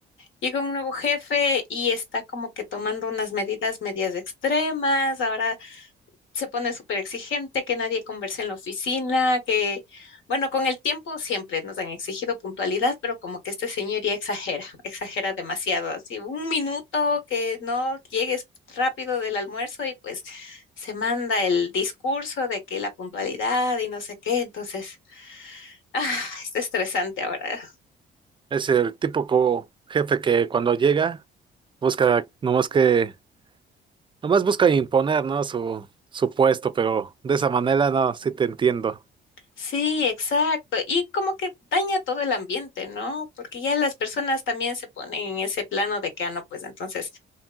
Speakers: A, on the left (about 75°); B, on the right (about 25°).
A: Llegó un nuevo jefe y está como que tomando unas medidas medias extremas. Ahora se pone súper exigente, que nadie converse en la oficina, que, bueno, con el tiempo siempre nos han exigido puntualidad, pero como que este señor ya exagera, <laughs> exagera demasiado, así un minuto que no llegues rápido del almuerzo y pues se manda el discurso de que la puntualidad y no sé qué, entonces, <laughs> ah, está estresante ahora.
B: Es el típico jefe que cuando llega busca, nomás que, nomás busca imponer, ¿no? Su, su puesto, pero de esa manera no, sí te entiendo.
A: Sí, exacto. Y como que daña todo el ambiente, ¿no? Porque ya las personas también se ponen en ese plano de que, ah, no, pues entonces